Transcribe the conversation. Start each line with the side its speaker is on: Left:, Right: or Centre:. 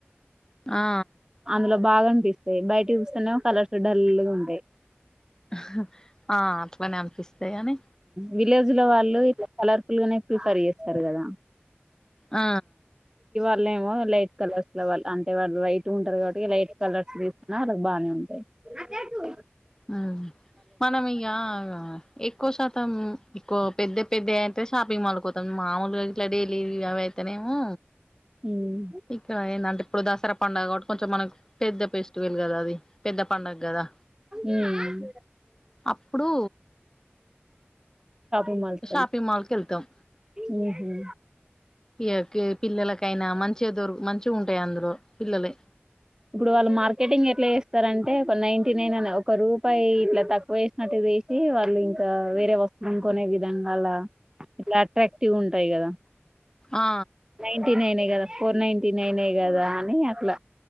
Left: ఆ
Right: అందులో బాగా అనిపిస్తాయి బయట చూస్తేనేమో కలర్స్ డల్ గా ఉంటాయి
Left: హా ఆ అట్లనే అనిపిస్తాయి గాని
Right: విలేజ్ లో వాళ్ళు ఇట్లా కలర్ఫుల్ గానే ప్రిఫర్ చేస్తారు కదా
Left: ఆ
Right: పూలే ఏమో లైట్ కలర్స్ లో వాళ్ళు అంటే వాళ్ళు వైట్ గ ఉంటారు కాబట్టి లైట్ కలర్స్ తీసుకున్నా వాళ్ కి బాగానే ఉంటాయి నా కసు
Left: ఆ మనం ఇగ ఎక్కువ శాతం ఎక్కువ పెద్ద పెద్ద అయితే షాపింగ్ మాల్ పోతాం మామూలుగా ఇట్లా డైలీ అవీ అయ్ తనేమో
Right: ఉమ్
Left: ఇక్కడ ఏందంటే ఇప్పుడు దసరా పండుగ కాబట్టి కొంచెం మనకు పెద్ద పేస్ట్ వలు కదా అది పెద్ద పండగ గదా
Right: ఉమ్,
Left: అప్పుడు
Right: ఉమల్స్కండ్
Left: షాపింగ్ మాల్కి వెళ్తాం
Right: ఉమ్ ఉమ్
Left: ఇగ ఈ పిల్లలకైనా మంచిగా దొరు మంచిగా ఉంటాయి అందులో పిల్లలయి
Right: ఇప్పుడు వాళ్ళు మార్కెటింగ్ ఎట్లా చేస్తారంటే ఒక నైన్టీ నైన్ అని ఒక రూపాయి ఇట్లా తక్కువ వేసినట్టు వేసి వాళ్ళు ఇంకా వేరే వస్తువులు కొనే విధంగాల ఇట్లా అట్రాక్టివ్ ఉంటాయి కదా
Left: ఆ
Right: నైన్టీ నైనే కదా ఫోర్ నైటీ నైనే కదా అని అట్ల